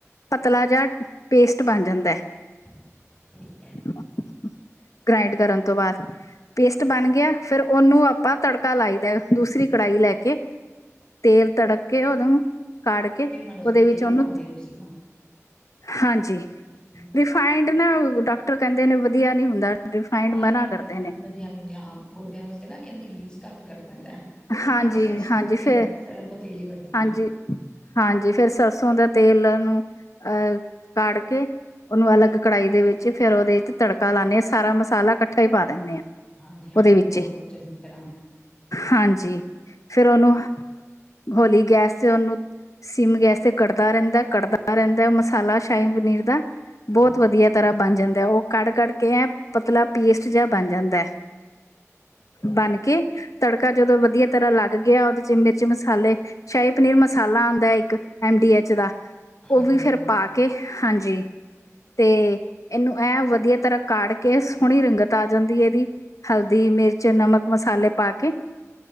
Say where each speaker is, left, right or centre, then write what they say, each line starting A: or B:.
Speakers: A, on the left; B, on the left.
A: ਪਤਲਾ ਜਿਹਾ ਪੇਸਟ ਬਣ ਜਾਂਦਾ।
B: <unintelligible>
A: <unintelligible> ਗ੍ਰਾਇੰਡ ਕਰਨ ਤੋਂ ਬਾਅਦ ਪੇਸਟ ਬਣ ਗਿਆ, ਫਿਰ ਉਹਨੂੰ ਆਪਾਂ ਤੜਕਾ ਲਾਈ ਦਾ ਦੂਸਰੀ ਕੜਾਹੀ ਲੈ ਕੇ। ਤੇਲ ਤੜਕ ਕੇ ਉਹਦੋਂ ਕਾੜ ਕੇ
B: ਫਿਰ ਮਤਲਬ ਤੁਸੀਂ
A: ਉਹਦੇ ਵਿੱਚ
B: ਤੇਲ
A: ਉਹਨੂੰ
B: ਪਾਉਂਦੇ ਹੋ ਤੁਸੀਂ
A: ਹਾਂਜੀ।
B: <unintelligible>
A: ਰਿਫਾਇੰਡ ਨਾਂ ਡਾਕਟਰ ਕਹਿੰਦੇ ਨੇਂ ਵਧੀਆ ਨੀਂ ਹੁੰਦਾ ਰਿਫਾਇੰਡ
B: ਹਾਂ ਨਈਂ
A: ਮਨਾ
B: ਜੀ,
A: ਕਰਦੇ
B: ਰਿਫਾਇੰਡ
A: ਨੇ
B: ਵਧੀਆ <unintelligible> ਹਾਂ ਗੋਡਿਆਂ ਵਾਸਤੇ ਨਾਂ ਕਹਿੰਦੇ ਗ੍ਰਰੀਸ ਘੱਟ ਕਰ ਦੈਂਦਾ ਐ, ਅਸੀਂ
A: ਹਾਂਜੀ
B: ਵੀ ਸਰਸੋਂ
A: ਹਾਂਜੀ
B: ਦਾ
A: ਫਿਰ
B: ਤੇਲ ਸਰੋਂ ਦਾ ਤੇਲ ਹੀ ਵਰਤਦੇਆਂ।
A: ਹਾਂਜੀ ਹਾਂਜੀ ਫੇਰ ਸਰਸੋਂ ਦਾ ਤੇਲ ਨੂੰ ਅਹ ਕਾੜ ਕੇ, ਉਹਨੂੰ ਅਲੱਗ ਕੜਾਹੀ ਦੇ ਵਿੱਚ ਫੇਰ ਉਹਦੇ ਵਿੱਚ ਤੜਕਾ ਲਾਂਦੇ ਹਾਂ ਸਾਰਾ ਮਸਾਲਾ ਇਕੱਠਾ ਹੀ ਪਾ ਦਿੰਦੇ ਹਾਂ।
B: ਹਾਂਜੀ, ਹਾਂ
A: ਉਹਦੇ
B: ਫਿਰ
A: ਵਿੱਚ
B: ਪੁਨ
A: ਹੀ
B: ਲੋ ਚੰਗੀ ਤਰ੍ਹਾਂ,
A: ਹਾਂਜੀ ਫੇਰ ਉਹਨੂੰ ਹੋਲੀ ਗੈਸ ਤੇ ਉਹਨੂੰ ਸਿਮ ਗੈਸ ਤੇ ਕੱੜਦਾ ਰਹਿੰਦਾ ਕੱੜਦਾ ਰਹਿੰਦਾ ਮਸਾਲਾ ਸ਼ਾਹੀ ਪਨੀਰ ਦਾ। ਬਹੁਤ
B: ਹਾਂਜੀ
A: ਵਧੀਆ ਤਰ੍ਹਾਂ ਬਣ ਜਾਂਦਾ, ਉਹ ਕੱੜ -ਕੱੜ ਕੇ ਐ ਪਤਲਾ ਪੈਸਟ ਜਿਹਾ ਬਣ ਜਾਂਦਾਂ ਬਨ ਕੇ ਤੜਕਾ ਜਦੋਂ ਵਧੀਆ, ਤਰ੍ਹਾਂ ਲੱਗ ਗਿਆ ਉਹਦੇ ਚ ਮਿਰਚ ਮਸਾਲੇ ਸ਼ਾਹੀ ਪਨੀਰ ਮਸਾਲਾ ਆਦਾ, ਇੱਕ ਐਮ ਡੀ ਐਚ ਦਾ ਉਹ
B: ਹਾਂਜੀ
A: ਵੀ ਫੇਰ ਪਾ ਕੇ, ਕੇ ਹਾਂਜੀ, ਤੇ ਇਹਨੂੰ ਐ ਵਧੀਆ ਤਰ੍ਹਾਂ ਕਾੜ ਕੇ ਸੋਹਣੀ ਰੰਗਤ ਆ ਜਾਂਦੀ ਇਹਦੀ, ਹਲਦੀ ਮਿਰਚ ਨਮਕ ਮਸਾਲੇ ਪਾ ਕੇ,